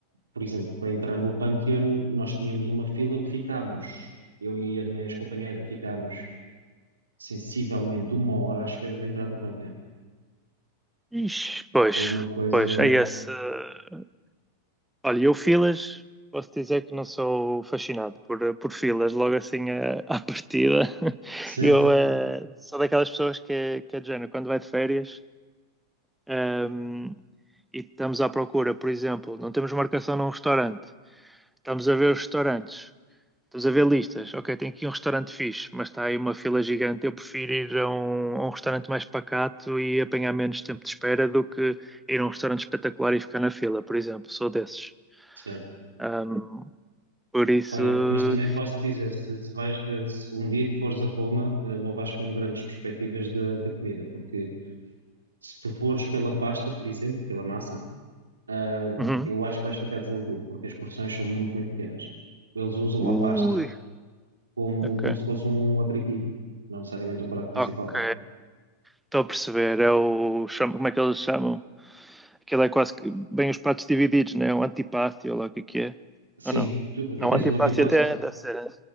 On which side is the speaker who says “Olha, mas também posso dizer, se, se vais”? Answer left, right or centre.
Right